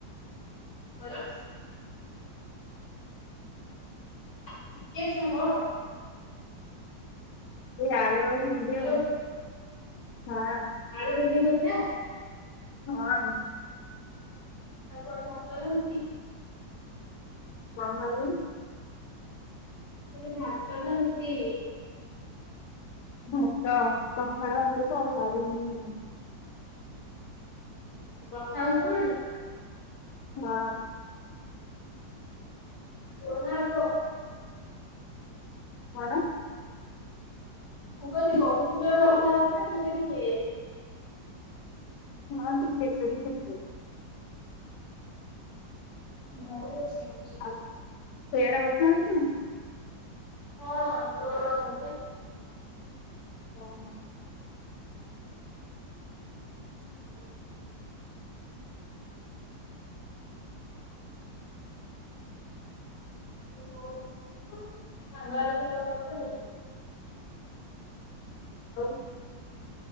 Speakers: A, on the left; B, on the left.
A: କଣ? ଟିକେ ଚୁପ ହବ‌।
B: ଏ ଆଳ ଆଉ ଭେଣ୍ଡି
A: ହ୍ୟାଲୋ
B: ଆଉ ହଁ।
A: ଆଳୁ ଭେଣ୍ଡି ଭଜା।
B: ହଁ।
A: ଆଉ କଣ ଭାତ ଲାଗନ୍ତି?
B: କଅଁ ଖାଇବୁ?
A: ମୁଁ କହିଲି ଭାତ ନା ରୁଟି?
B: ଭାତ। ପଖାଳ ଭାତକୁ ଆଉ <unintelligible> ଭଜା।
A: ବର୍ଷା ହଉଚି ତମ ଆଡ଼େ?
B: ହଁ।
A: <unintelligible>
B: କଣ?
A: ମୁଁ କହିଲି ବହୁତ ଜୋର ବର୍ଷା ହଉଛି ନା ଟିକେ ଟିକେ?
B: ହଁ ଟିକେ ଛାଡ଼ିଯାଇଚି ଟିକେ।
A: ଘରେ ବି ବର୍ଷା ହଉଚି।
B: ଆଉ ସିଆଡେ ବର୍ଷା ହଉଛି ନା?
A: ହଁ ଜୋରେ ବର୍ଷା ହଉଛି ପା।
B: ହଁ ହଁ।
A: ହୁଁ। ଏଇ କଣ, ସାଙ୍ଗମାନେ ତ <unintelligible>
B: ଆଉ